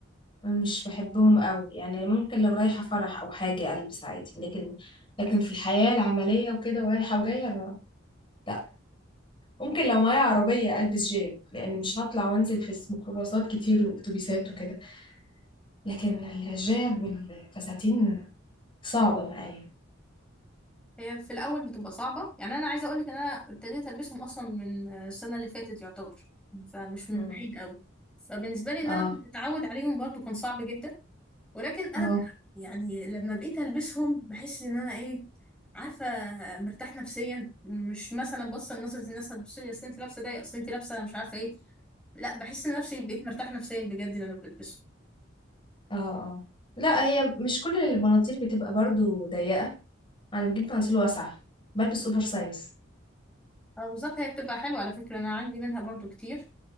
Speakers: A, on the left; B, in the centre.
A: ما مش بحبهم قوي يعني ممكن لو رايحة فرح أو حاجة ألبس عادي لكن لكن في الحياة العملية وكده ورايحة وجاية ما لا ممكن لو معايا عربية ألبس جيب لأن مش هطلع وأنزل في الس- ميكروباصات كتير وأتوبيسات وكده لكن الجيب والفساتين صعبة معايا
B: هي في الاول بتبقى صعبه يعني انا عايزه اقولك ان انا ابتديت البسهم اصلا من السنه اللي فاتت يعتبر فمش من
A: مم.
B: بعيد قوي فبالنسبه لي ان
A: اه
B: انا كنت اتعود عليهم برضو كان صعب جدا ولكن انا
A: اه
B: يعني لما بقيت البسهم بحس ان انا ايه عارفه مرتاح نفسيا مش مثلا بص نظره الناس هتبص لي اصل انت لابسه ده اصل انت لابسه مش عارفه ايه لا بحس ان نفسي بقيت مرتاح نفسيا بجد لما بلبسهم
A: اه اه لا هي مش كل البناطيل بتبقى برضو ضيقة أنا بجيب بناطيل واسعة بلبس أوفر سايز
B: اه بالظبط هي بتبقى حلوه على فكره انا عندي منها برضو كتير